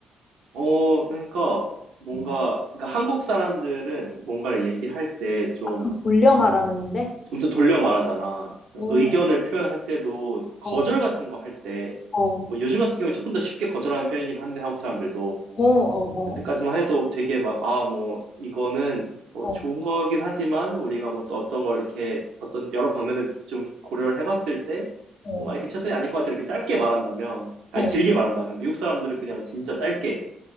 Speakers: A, on the right; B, on the left.
A: 어, 그러니까 뭔가,
B: 음.
A: 그러니까 한국 사람들은 뭔가를 얘기할 때 좀
B: 아, 좀 돌려 말하는데?
A: 엄청 돌려 말하잖아. 의견을
B: 어,
A: 표현할 때도 거절
B: 어,
A: 같은 거 할 때,
B: 어,
A: 뭐 요즘 같은 경우에 조금 더 쉽게 거절하는 편이긴 한데 한국 사람들도
B: 어, 어,
A: 그때까지만
B: 어,
A: 해도 되게 막, 아, 뭐, 이거는 뭐
B: 어,
A: 좋은 거긴 하지만 우리가 뭐 또 어떤 걸 이렇게 어떤 여러 방면을 좀 고려를 해봤을 때
B: 어,
A: 뭔가 이렇게 최선이 아닐 것 같아. 이렇게 짧게 말한다면, 아니,
B: 어.
A: 길게 말한다면 미국 사람들은 그냥 진짜 짧게,